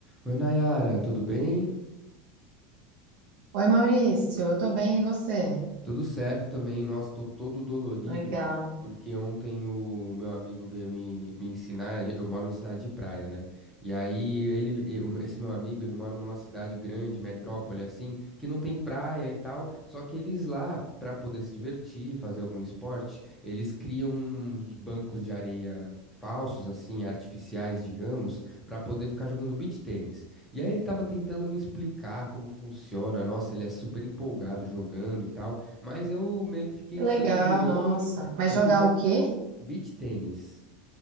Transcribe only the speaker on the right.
Oi, Maurício, eu tô bem e você?
Legal.
Que
Legal,
nossa. Mas
jogar
o quê?